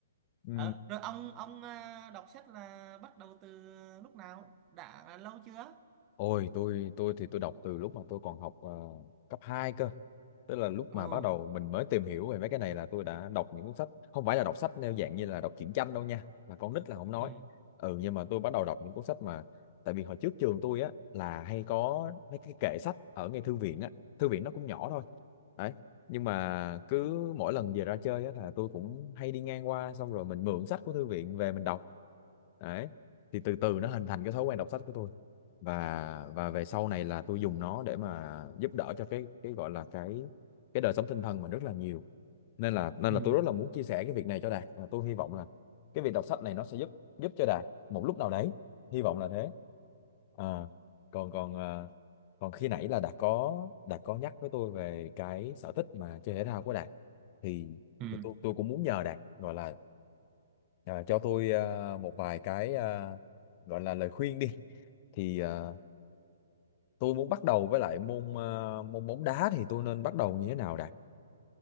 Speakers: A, on the left; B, on the right.
A: ừ.
B: Ờ, rồi ông ông à, đọc sách là bắt đầu từ lúc nào đã lâu chưa
A: Ôi tôi tôi thì tôi đọc từ lúc mà tôi còn học ờ, cấp 2 cơ. Tức là lúc
B: Ồ,
A: mà bắt đầu mình mới tìm hiểu về mấy cái này là tôi đã đọc những cuốn sách, không phải là đọc sách theo dạng như là đọc truyện tranh đâu nha, là con nít là không nói.
B: ừ,
A: Ừ nhưng mà tôi bắt đầu đọc những cuốn sách mà tại vì hồi trước trường tôi á là hay có mấy cái kệ sách ở ngay thư viện á, thư viện nó cũng nhỏ thôi. Đấy. Nhưng mà cứ mỗi lần về ra chơi á là tôi cũng hay đi ngang qua xong rồi mình mượn sách của thư viện về mình đọc. Đấy. Thì từ từ nó hình thành cái thói quen đọc sách của tôi và và về sau này là tôi dùng nó để mà giúp đỡ cho cái cái gọi là cái cái đời sống tinh thần mình rất là nhiều nên là nên
B: ừ,
A: là tôi rất là muốn chia sẻ cái việc này cho Đạt và tôi hy vọng là cái việc đọc sách này nó sẽ giúp giúp cho Đạt một lúc nào đấy hy vọng là thế à, còn còn à, còn khi nãy là Đạt có Đạt có nhắc với tôi về cái sở thích mà chơi thể thao của Đạt thì
B: ừ.
A: thì tôi tôi cũng muốn nhờ Đạt gọi là à, cho tôi à, một vài cái à, gọi là lời khuyên đi thì à, tôi muốn bắt đầu với lại môn ờ, môn bóng đá thì tôi nên bắt đầu như thế nào đây?